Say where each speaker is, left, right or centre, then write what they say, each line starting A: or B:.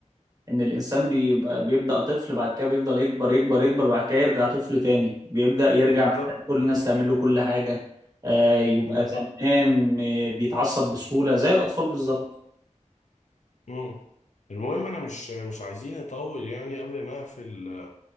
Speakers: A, on the right; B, on the left.
A: ان الانسان بيبقى بيبدا طفل بعد كده بيفضل يكبر يكبر يكبر بعد كده يرجع طفل تاني بيبدا يرجع
B: بالظبط
A: محتاج كل الناس تعمل له كل حاجه آه يبقى
B: بالظبط
A: زمان آه، بيتعصب بسهوله زي الاطفال بالظبط
B: مم. المهم انا مش مش عايزين نطول يعني قبل ما اقفل